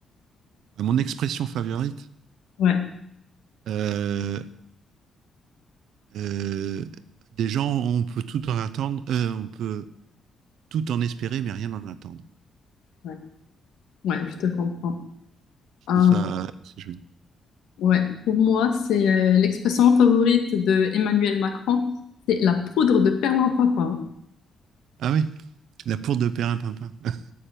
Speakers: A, on the right; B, on the left.
A: Ah, mon expression favorite.
B: Ouais,
A: Euh, euh, des gens, on peut tout en attendre, euh, on peut tout en espérer, mais rien en attendre.
B: ouais. Ouais, je te comprends.
A: Je
B: Ah,
A: trouve ça assez joli.
B: ouais, pour moi, c'est euh, l'expression favorite de Emmanuel Macron, c'est la poudre de perlimpinpin. Hein.
A: Ah oui, la poudre de Perlimpinpin. <laughs>